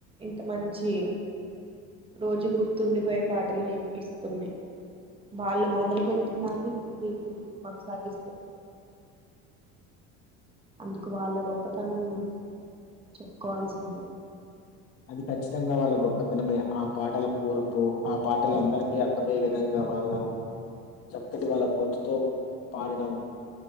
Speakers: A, on the right; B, on the left.
A: ఇంత మంచి రోజు గుర్తుండిపోయే పాటలుని ఇస్తున్నాయి వాళ్ళు మొదలు పెట్టిన దాన్ని ఇప్పుడు వీళ్ళు కొనసాగిస్తున్నారు అందుకు వాళ్ళ గొప్పతనం చెప్పుకోవాల్సిందే
B: అది ఖచ్చితంగా వాళ్ళ గొప్పతనమే ఆ పాటల కూరుపు ఆ పాటల అందరికీ అర్ మే విధంగా వాళ్ళ చక్కటి వాళ్ల <unintelligible> పాడడం